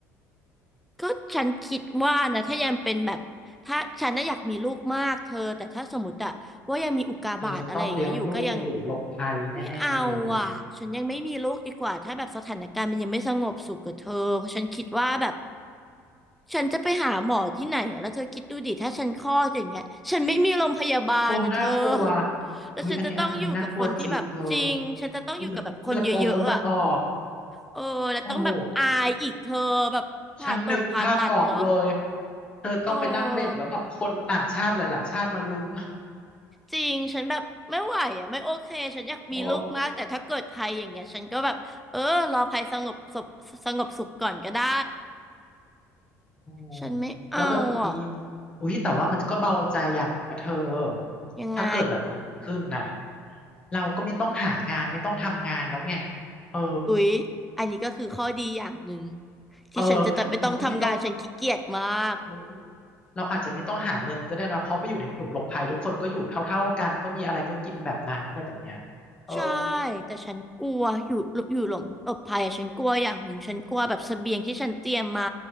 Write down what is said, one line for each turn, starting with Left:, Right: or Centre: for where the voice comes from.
Centre: ก็ฉันคิดว่านะถ้ายังเป็นแบบถ้าฉันน่ะอยากมีลูกมากเธอแต่ถ้าสมมติอะว่ายังมีอุกกาบาตอะไรอย่างเงี้ยอยู่ก็ยัง
Left: เธอจะต้องเลี้ยงลูกในหลุมหลบภัยแน่ๆเลยเนี่ย
Centre: ไม่เอาอ่ะฉันยังไม่มีลูกดีกว่าถ้าแบบสถานการณ์มันยังไม่สงบสุขกับเธอเพราะฉันคิดว่าแบบฉันจะไปหาหมอที่ไหนอะแล้วเธอคิดดูดิถ้าฉันคลอดอย่างเงี้ยฉันไม่มีโรงพยาบาลอ่ะเธอ
Left: โอ้น่ากลัว
Centre: แล้วฉันจะต้องอยู่กับคนที่แบบจริงฉันจะต้องอยู่กับแบบคนเยอะๆอ่ะ
Left: อุ้ยอันนี้อันอันนี้น่ากลัวจริงเธอเลือดเลือดองค์เลือดออก
Centre: เออแล้วต้องแบบอายอีกเธอแบบผ่าตรงผ่าตัดเนาะ
Left: โอ้โห ฉันนึกภาพออกเลย เธอต้องไปนั่งเบ่งแล้วแบบคนต่างชาติหลายๆชาติมาลุ้น
Centre: เออ จริง ฉันแบบไม่ไหวอ่ะไม่โอเค ฉันอยากมีลูกมาก
Left: <laughs> โอ้
Centre: แต่ถ้าเกิดภัยอย่างเงี้ยฉันก็แบบเออรอภัยสงบสุขสงบสุขก่อนก็ได้
Left: โอ้
Centre: ฉันไม่เอาอ่ะ
Left: แล้วแบบนี้อุ้ยแต่ว่ามันก็เบาใจอย่างนะเธอ
Centre: ยังไง
Left: ถ้าเกิดแบบนี้ขึ้นน่ะเราก็ไม่ต้องหางานไม่ต้องทำงานแล้วไงเออ
Centre: อุ๊ยอันนี้ก็คือข้อดีอย่างหนึ่งที่ฉันจะไม่ต้องทำงานฉันขี้เกียจมาก
Left: เออเราก็ไม่ต้องโอ้เราอาจจะไม่ต้องหาเงินก็ได้นะเพราะไปอยู่ในหลุมหลบภัยทุกคนก็อยู่เท่าๆกันก็มีอะไรก็กินแบบนั้นอะไรแบบเนี้ยเออ
Centre: ใช่แต่ฉันกลัวอยู่อยู่หลบหลบภัยอะฉันกลัวอย่างหนึ่งฉันกลัวแบบเสบียงที่ฉันเตรียมมา